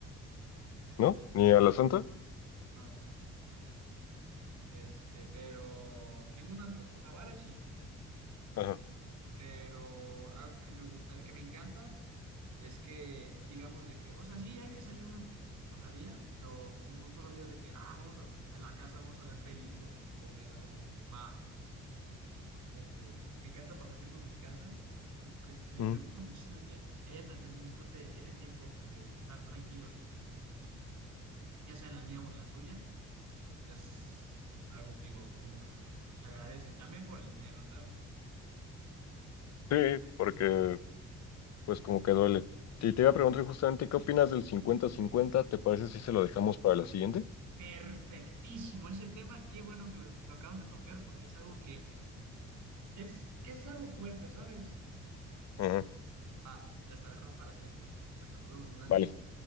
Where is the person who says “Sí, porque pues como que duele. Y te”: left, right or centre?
Left